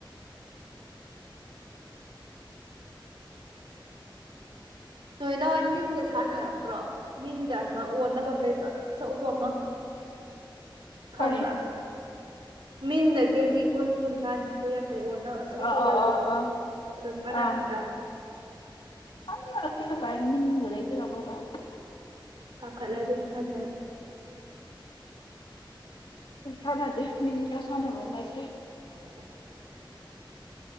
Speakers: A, on the right (about 85°); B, on the left (about 80°).
A: ꯅꯣꯏ ꯅ ꯍꯣꯏ ꯃꯤꯟꯗ ꯁꯥꯟꯅꯔꯛꯇ꯭ꯔꯣ ꯃꯤꯟꯗ ꯑꯃ ꯑꯣꯟꯅꯕ ꯑꯃ ꯂꯩꯕ꯭ꯔꯣ ꯑꯥꯛꯆꯎꯕ ꯑꯃ
B: ꯀꯔꯤ
A: ꯈꯪꯕ꯭ꯔꯥ ꯃꯤꯟꯗ ꯀꯦꯖꯤ ꯀꯨꯟ ꯀꯨꯟꯊ꯭ꯔꯥ ꯅꯤꯄꯨ ꯌꯥ ꯑꯣꯟꯅ ꯑꯆꯧ ꯑꯆꯧ
B: ꯑꯥ ꯑꯥ
A: ꯂꯩꯕꯗꯣ
B: ꯑꯥ ꯑꯥ
A: ꯑꯗꯨ ꯁꯥꯟꯅꯔꯛꯇ꯭ꯔꯥ
B: ꯑꯥ <unintelligible> ꯀꯥꯏꯝ ꯃꯤꯟꯒ ꯂꯩꯇꯦꯗ ꯑꯈꯣꯏ ꯗꯥꯏꯗ
A: ꯀꯥꯈꯠꯂ ꯑꯗꯨꯝ ꯊꯥꯅꯔꯤ
B: ꯑꯈꯣꯏ ꯁꯥꯟꯅꯗꯦ ꯃꯤꯟꯒ ꯁꯥꯟꯅꯕꯝ ꯂꯩꯇꯦ
A: <unintelligible>